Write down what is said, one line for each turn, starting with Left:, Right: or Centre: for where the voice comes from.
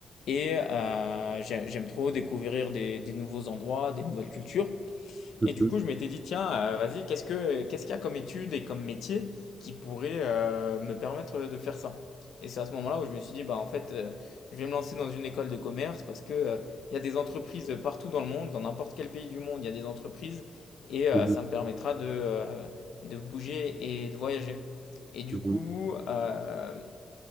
Left: Et euh, j'ai- j'aime trop découvrir des, des nouveaux endroits, des nouvelles cultures.
Right: Mhm,
Left: Et du coup, je m'étais dit, tiens, euh, vas-y, qu'est-ce que, qu'est-ce qu'il y a comme étude et comme métier qui pourrait euh, me permettre de faire ça? Et c'est à ce moment-là où je me suis dit, bah, en fait, euh, je vais me lancer dans une école de commerce parce que, euh, il y a des entreprises partout dans le monde, dans n'importe quel pays du monde, il y a des entreprises et euh,
Right: mhm,
Left: ça me permettra de, euh, de bouger et de voyager. Et du
Right: mhm.
Left: coup, euh,